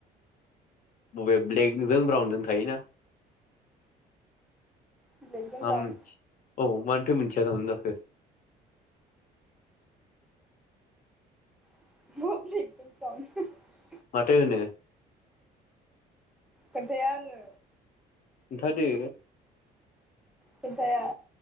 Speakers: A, on the left; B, in the centre.
A: मबेब ब्लेगजों ब्राउनजों थायोना
B: ब्लेकजों
A: <unintelligible>
B: ब्राउन
A: थो मिथिया जानांगौ जाखो
B: <unintelligible>
A: माथो होनो
B: खोनथाया आंङो
A: खोनथादो
B: खोनथाया